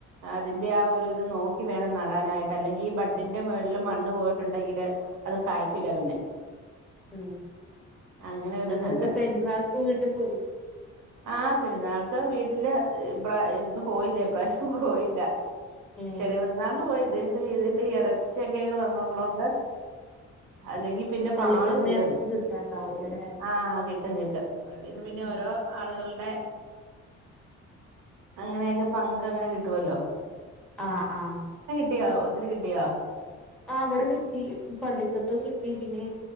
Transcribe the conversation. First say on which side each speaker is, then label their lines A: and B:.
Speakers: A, on the right; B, in the centre.
A: ആ തിന്റെ ആഹ് ഒരു രു നോക ടണം നടാനായിട്ട് അല്ലെങ്കീ ബഡ്ഡിന്റെ മേള് ളുംമണ്ണ് പോയിട്ടുണ്ടെങ്കില് അത് കായ്ക്കൂല പിന്നെ.
B: ഉം
A: അങ്ങനെ
B: ഇന്നട്ടെന്താ
A: ഒരിതുണ്ട്
B: പെരുന്നാക്ക് വീട്ട് പോയി
A: ആഹ് പെരുന്നാൾക്ക് വീട്ടില് ഇബ്ര ഇന്നും പോയില്ല ഇപ്രാശ്യം പോയില്ല
B: ഏഹ്
A: ചെറിയ പെരുന്നാള്ന് പോയി. ഇതിന്പ്പ ഇത് ഇപ്പ എറച്യൊക്കെ ഇങ്ങനെ വെന്നൊന്നൊള്ളോണ്ട് അല്ലെങ്കി പിന്നെ
B: പള്ളിക്കന്ന്
A: പാടു വരോല്ലെ
B: ഇറച്ചി കിട്ടാണ്ടാവൂലല്ലേ
A: ആഹ് കിട്ടും കിട്ടും പള്ളീന്ന് പിന്നെ
B: ഉം
A: ഓരോ ആള്കള്ടെ അങ്ങനെയൊക്കെ പങ്ക് അങ്ങനെ കിട്ടോല്ലോ
B: അഹ് ആഹ്
A: കിട്ട്യോ ഒത്തിരി കിട്ട്യോ
B: ആഹ് ഇവടെ കിട്ടി. പള്ളിക്കത്തൊഹ് കിട്ടി. പിന്നെ